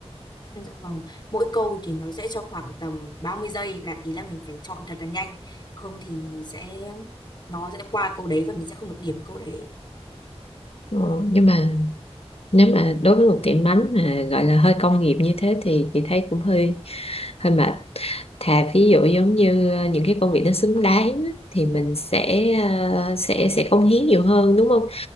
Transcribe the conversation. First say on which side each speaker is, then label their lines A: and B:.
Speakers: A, on the left; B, on the left.
A: Dạ vâng, mỗi câu thì nó sẽ cho khoảng tầm ba mươi giây là ý là mình phải chọn thật là nhanh, không thì sẽ nó sẽ qua câu đấy và mình sẽ không được điểm câu đấy.
B: Ừ, nhưng mà nếu mà đối với một tiệm bánh mà gọi là hơi công nghiệp như thế thì chị thấy cũng hơi hơi mệt thà ví dụ giống như ờ, những cái công việc nó xứng đáng á, thì mình sẽ ờ, sẽ sẽ cống hiến nhiều hơn đúng không